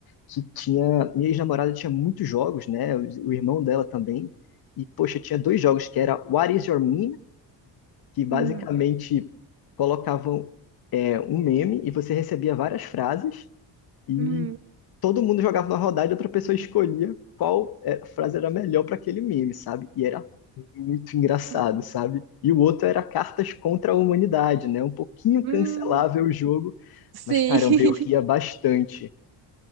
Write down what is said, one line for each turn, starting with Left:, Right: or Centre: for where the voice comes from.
Left: que tinha. Minha ex-namorada tinha muitos jogos, né? O, o irmão dela também. E, poxa, tinha dois jogos que era What Is Your Meme? Que basicamente
Right: Uhum,
Left: colocavam é, um meme e você recebia várias frases. E
Right: uhum,
Left: todo mundo jogava na rodada e outra pessoa escolhia qual é, frase era melhor para aquele meme, sabe? E era muito engraçado,
Right: uhum,
Left: sabe? E o outro era Cartas contra a Humanidade, né? Um pouquinho
Right: uhum.
Left: cancelável o jogo,
Right: Sim.
Left: mas caramba, eu ria
Right: <laughs>
Left: bastante.